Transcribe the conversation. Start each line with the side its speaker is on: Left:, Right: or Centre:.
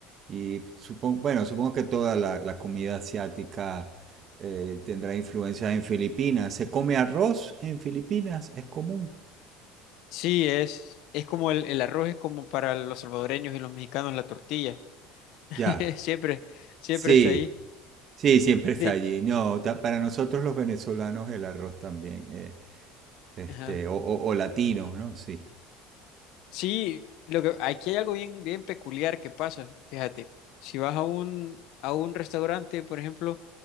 Right: Y supongo, bueno, supongo que toda la, la comida asiática eh, tendrá influencia en Filipinas. ¿Se come arroz en Filipinas? Es común.
Left: sí, es, es como el, el arroz es como para los salvadoreños y los mexicanos la tortilla. <laughs>
Right: Ya,
Left: Siempre, siempre
Right: sí,
Left: está ahí.
Right: sí, siempre
Left: De,
Right: está allí. No, ta- para nosotros los venezolanos el arroz también, eh, este,
Left: ajá.
Right: o, o- o latinos, ¿no? Sí.
Left: Sí, lo que, aquí hay algo bien, bien peculiar que pasa, fíjate, si vas a un, a un restaurante, por ejemplo,